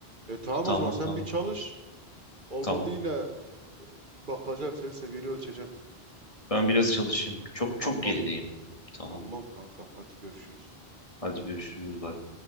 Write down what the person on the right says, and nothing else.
E tamam
o zaman sen
bir çalış. Olmadı
yine e, bakacağım senin seviyeni ölçeceğim.
Tamam
tamam kankam hadi görüşürüz.